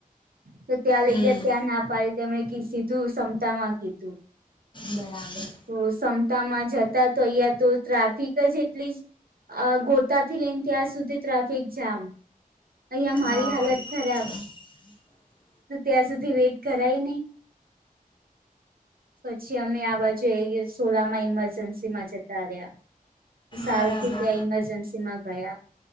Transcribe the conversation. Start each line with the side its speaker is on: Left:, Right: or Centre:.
Right: તો ત્યાં લઈ
Left: હમ
Right: ગયા ત્યાં ના પાડી તેમણે સીધું ક્ષમતા માં કીધું
Left: બરાબર
Right: તો ક્તામાં જતા તો અહિયાં તો ટ્રાફિક જ એટલી જ અ ગોતાથી લઈને ત્યાં સુધી ટ્રાફિક જામ અહીયા મારી
Left: હા
Right: હાલત છે રે
Left: <unintelligible>
Right: તો ત્યાં સુધી વેઇટ કરાય નહી પછી અમે આ બાજુએએ સોલા માઈમાં જસીમાં જતા રહ્યા સારુંથી
Left: બરાબર
Right: ત્યાં ઇમરજન્સીમાં ગયા